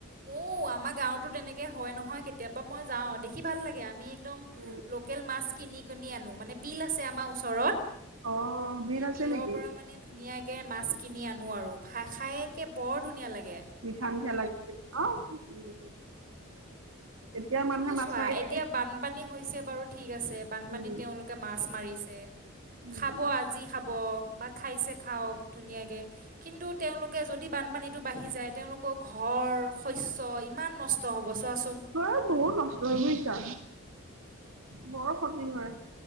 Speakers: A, on the right (about 40°); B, on the right (about 75°).
A: মইও আমাৰ গাঁৱতো তেনেকে হয় নহয় কেতিয়াবা মই যাও দেখি ভাল লা আমি একদম
B: উম,
A: লোকেল মাছ কিনি কিনি আনো মানে বিল আছে আমাৰ ওচৰত
B: অ বিল
A: সেই
B: আছে
A: বিলৰ
B: নেকি?
A: পৰা মানে ধুনীয়াকে মাছ কিনি আন নোৱাৰো, ভা খাই একে বৰ ধুনীয়া লাগে।
B: মিঠা মিঠা লাগিছিল অ উম। এতিয়া
A: কিন্তু
B: মানুহে মাছ
A: চোৱা
B: মাৰি থাকে
A: এতিয়া বানপানী হৈছে বাৰু ঠিক আছে বানপানীত
B: উম
A: তেওঁলোকে মাছ মাৰিছে
B: উম
A: খাব আজি খাব। বা খাইছে খাওক ধুনীয়াকে কিন্তু তেওঁলোকে যদি বানপানীটো বাঢ়ি যায় তেওঁলোকৰ ঘৰ ঘৰ, শস্য ইমান নষ্ট হ'ব চোৱাচোন।
B: ত বহুত নষ্ট হয় বুজিছা, বৰ ক্ষতি কৰে।